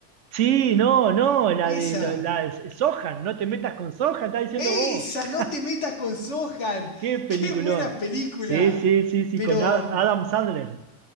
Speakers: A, on the right (about 65°); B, on the left (about 55°).
A: Sí, no, no, la de
B: Esa,
A: la, la de Sohan, no te metas con Sohan, está diciendo
B: esa,
A: vos. <laughs>
B: no te metas con Sohan.
A: Qué
B: <laughs>
A: peliculón.
B: Qué buena película.
A: Sí, sí, sí, sí,
B: Pero...
A: con Ad- Adam Sandler.